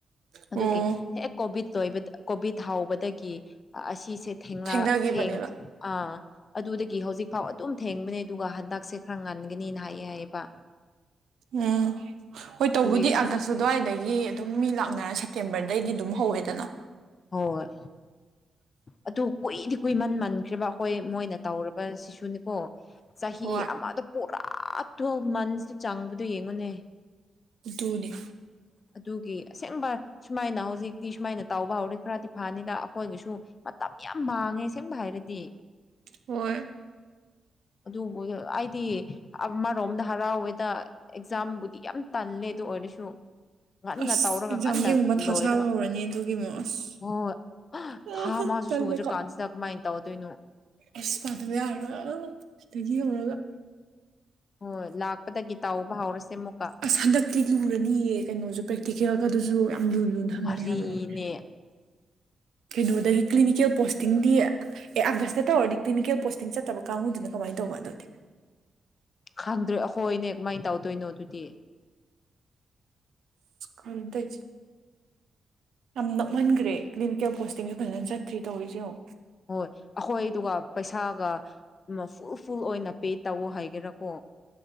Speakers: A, on the left; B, on the right.
A: ꯑꯗꯨꯒꯤ
B: ꯑꯣ
A: ꯍꯦꯛ ꯀꯣꯚꯤꯠ ꯂꯣꯏꯕꯗ ꯀꯣꯚꯤꯠ ꯍꯥꯎꯕꯗꯒꯤ ꯑꯁꯤꯁꯦ ꯊꯦꯡꯅ
B: ꯊꯦꯡꯊꯈꯤꯕꯅꯦꯕ
A: ꯊꯦꯡ ꯑꯥ ꯑꯗꯨꯗꯒꯤ ꯍꯧꯖꯤꯛ ꯐꯥꯎ ꯑꯗꯨꯝ ꯊꯦꯡꯕꯅꯦ ꯑꯗꯨꯒ ꯍꯟꯗꯛꯁꯦ ꯈꯔ ꯉꯟꯒꯅꯤꯅ ꯍꯥꯏꯌꯦ ꯍꯥꯏꯌꯦꯕ
B: ꯎꯝ ꯍꯣꯏ
A: ꯑꯗꯨꯒꯤ
B: ꯇꯧꯕꯗꯤ ꯑꯥꯒꯁ ꯑꯗꯨꯋꯥꯏꯗꯒꯤ ꯑꯗꯨꯝ ꯃꯤ ꯂꯥꯛꯅꯔ ꯁꯦꯞꯇꯦꯝꯕꯔꯗꯩꯗꯤ ꯑꯗꯨꯝ ꯍꯧꯋꯦꯗꯅ
A: ꯍꫭꯏ ꯑꯗꯨ ꯀꯨꯏꯗꯤ ꯀꯨꯏꯃꯟ ꯃꯟꯈ꯭ꯔꯦꯔꯤꯕ ꯑꯩꯈꯣꯏ ꯃꯣꯏꯅ ꯇꯧꯔꯕ ꯁꯤꯁꯨꯅꯤꯀꯣ ꯆꯍꯤ
B: ꯍꯣꯏ
A: ꯑꯃꯗꯨ ꯄꯨꯔꯥ ꯇꯨ ꯃꯟꯁꯇ ꯆꯪꯕꯗ ꯌꯦꯡꯉꯨꯅꯦ
B: ꯑꯗꯨꯅ‌ꯦ
A: ꯑꯗꯨꯒꯤ ꯑꯁꯦꯡꯕ ꯁꯨꯃꯥꯏꯅ ꯍꯧꯖꯤꯛꯇꯤ ꯁꯨꯃꯥꯏꯅ ꯇꯧꯕꯕ ꯍꯧꯔꯦ ꯈꯔꯗꯤ ꯐꯅꯤꯗ ꯑꯩꯈꯣꯏꯒꯤꯁꯨ ꯃꯇꯝ ꯌꯥꯝ ꯃꯥꯡꯉꯦ ꯑꯁ‌ꯦꯡꯕ ꯍꯥꯏꯔꯗꯤ
B: ꯍꯣꯏ
A: ꯑꯗꯨꯕꯨ ꯑꯩꯗꯤ ꯑꯃꯔꯣꯝꯗ ꯍꯔꯥꯎꯋꯦꯗ ꯑꯦꯛꯖꯥꯝꯕꯨꯗꯤ ꯌꯥꯝ ꯇꯜꯂꯦ ꯑꯗꯨ ꯑꯣꯏꯔꯁꯨ ꯉꯟꯅ
B: ꯑꯁ
A: ꯇꯧꯔꯒ
B: ꯑꯦꯛꯖꯥꯝꯒꯤ
A: ꯉꯟꯅ
B: ꯑꯃꯨꯛ ꯃꯊꯥ
A: ꯂꯣꯏꯔꯒ
B: ꯁꯥꯕ ꯍꯧꯔꯅꯤ ꯑꯗꯨꯒꯤ ꯑꯃꯨꯛ ꯑꯁ
A: ꯍꯣꯏ
B: ꯑ
A: ꯊꯥ ꯃꯁꯨ
B: ꯇꯜꯂꯦ
A: ꯁꯨꯗ꯭ꯔꯀꯥꯟꯁꯤꯗ ꯀꯃꯥꯏꯅ ꯇꯧꯗꯣꯏꯅꯣ
B: ꯑꯩꯁ ꯄꯥꯗꯕ ꯌꯥꯔꯔꯣꯏ ꯁꯤꯗꯒꯤ ꯍꯧꯧꯔꯒ
A: ꯍꯣꯏ ꯂꯥꯛꯄꯗꯒꯤ ꯇꯥꯎꯕ ꯍꯧꯔꯁꯦ ꯑꯃꯨꯛ
B: ꯑꯁ ꯍꯟꯗꯛꯇꯤ ꯂꯨꯔꯅꯤꯌꯦ ꯀꯩꯅꯣꯁꯨ ꯄ ꯇꯤꯀꯦꯒ ꯑꯗꯨꯁꯨ ꯌꯥꯝ ꯂꯨ ꯂꯨꯅ ꯊꯝꯅꯤ
A: ꯃꯔꯤꯅꯦ
B: ꯍꯥꯏꯕꯅꯤ ꯀꯩꯅꯣꯗꯒꯤ ꯀ꯭ꯂꯤꯅꯤꯀꯦꯜ ꯄꯣꯁꯇꯤꯡꯗꯤ ꯑꯦ ꯑꯥꯒꯁꯇ ꯇꯧꯔꯗꯤ ꯀ꯭ꯂꯤꯅꯤꯀꯦꯜ ꯄꯣꯁꯇꯤꯡ ꯆꯠꯇꯕ ꯀꯥꯡꯕꯨꯗꯨꯅ ꯀꯃꯥꯏꯅ ꯇꯧꯕ ꯑꯗꯨꯗꯤ
A: ꯈꯪꯗ꯭ꯔꯦ ꯑꯩꯈꯣꯏꯅꯦ ꯀꯃꯥꯏꯅ ꯇꯧꯗꯣꯏꯅꯣ ꯑꯗꯨꯗꯤ
B: ꯈꯗꯗ ꯌꯥꯝ ꯅꯛꯃꯟꯈ꯭ꯔꯦ ꯀ꯭ꯂꯤꯅꯤꯀꯦꯜ ꯄꯣꯁꯇꯤꯡꯁꯨ ꯐꯖꯅ ꯆꯠꯇ꯭ꯔꯤ ꯇꯧꯔꯤꯁ ꯑꯣ
A: ꯍꯣꯏ ꯑꯩꯈꯣꯏꯗꯨꯒ ꯄꯩꯁꯥꯒ ꯐꯨꯜ ꯐꯨꯜ ꯑꯣꯏꯅ ꯄꯦꯠ ꯇꯧꯑꯣ ꯍꯥꯏꯒꯦꯔꯥꯀꯣ